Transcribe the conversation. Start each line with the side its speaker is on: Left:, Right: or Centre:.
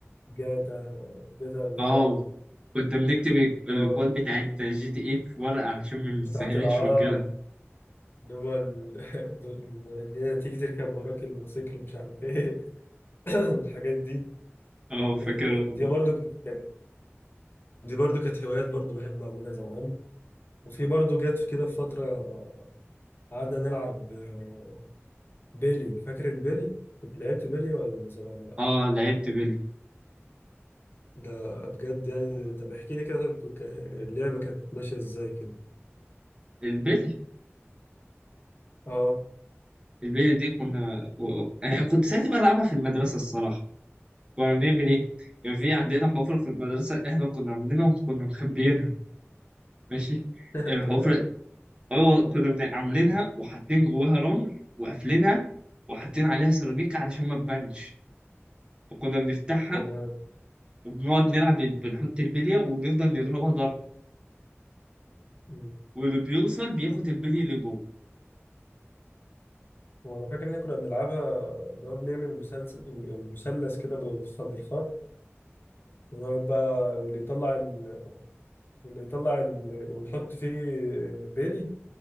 Left: جاتا آه، جاتا اللي
Right: اه
Left: هي
Right: كنت بنكتب الكود
Left: اه
Right: بتاعت جي تي اي في ورقة علشان ما ننساهاش
Left: بتاعة العقار
Right: وكده
Left: اللي هو ال- <laughs> اللي هي تيجي تركب وراك الموتوسيكل مش عارف ايه <laughs> <clears throat> والحاجات دي
Right: اه فاكر
Left: آه،
Right: والله.
Left: دي برضو كانت دي برضو كانت هوايات برضو بحب أعملها زمان وفي برضو جت في كده في فترة آه، قعدنا نلعب آه، بيلي فاكر البيلي؟ كنت لعبت بيلي ولا ولا لأ؟
Right: اه لعبت بيلي
Left: ده بجد يعني طب احكي لي كده طب كو- ك- اللعبة كانت ماشية ازاي كده
Right: البيلي
Left: اه
Right: البيلي دي كنا و- و- انا كنت ساعتها بلعبها في المدرسة الصراحة كنا بنعمل ايه؟ كان في عندنا حفرة في المدرسة احنا كنا عاملينها وكنا مخبيينها ماشي
Left: <laughs>
Right: الحفرة
Left: كمان
Right: اه كنا بن- عاملينها وحاطين جواها رمل وقافلينها وحاطين عليها سيراميك علشان ما تبانش فكنا بنفتحها
Left: تمام
Right: وبنقعد نلعب بنحط البلية ونفضل نضربها ضرب
Left: مم.
Right: واللي بيوصل بياخد البلي اللي جوه
Left: هو انا فاكر ان احنا كنا بنلعبها اللي هو بنعمل مسلسل مثلث كده بالخ- بالخط ونقعد بقى واللي يطلع ال... واللي يطلع ال... ونحط فيه بيلي